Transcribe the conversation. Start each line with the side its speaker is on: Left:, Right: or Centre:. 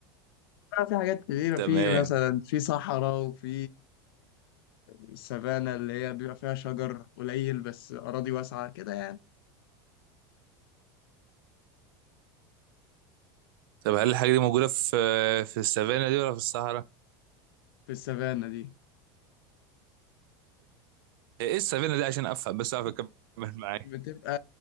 Left: بقى في حاجات كتيرة
Right: تمام
Left: في مثلا في صحراء وفي السافانا اللي هي بيبقى فيها شجر قليل بس أراضي واسعة كده يعني
Right: طب هل الحاجة دي موجودة في في السافانا دي ولا في الصحراء
Left: في السافانا دي
Right: ايه إيه السفينه دي عشان افهم بس اعرف اكمل معاك
Left: بتبقى